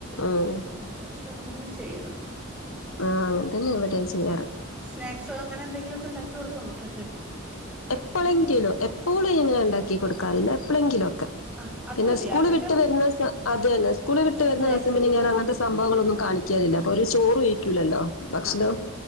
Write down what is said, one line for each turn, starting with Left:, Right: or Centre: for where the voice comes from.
Left: ഉം
Centre: അങ്ങനെ വിചാരിച്ച് അങ്ങനെന്നെ ചെയ്യണ്
Left: ആ അങ്ങൻ തന്നെ ഇവടേംചെയ്യാറ്
Centre: സ്നാക്സോ അങ്ങനെന്തെങ്കിലൊക്കെണ്ടാക്കി കൊടുക്കോ മക്കക്ക്
Left: എപ്പളെങ്കിലും എപ്പോളുംങ്ങനെ ണ്ടാക്കി കൊടുക്കാറില്ല എപ്പളെങ്കിലൊക്കെ
Centre: ആ അത്
Left: പിന്നെ
Centre: മതി
Left: സ്കൂള്
Centre: അധികം
Left: വിട്ട് വരുന്നസ അത് അന്നെ സ്കൂള് വിട്ട്
Centre: സ്നാക്സ്
Left: വരുന്ന ദിവസം
Centre: കൊടുക്ക
Left: പിന്നെ ഞാൻ അങ്ങൻത്തസ് സംഭവങ്ങളൊന്നും കാണിക്കാലില്ല അപ്പൊ ഒരു ചോറു വെയ്ക്കൂലല്ലോ ഭക്ഷണം
Centre: ആ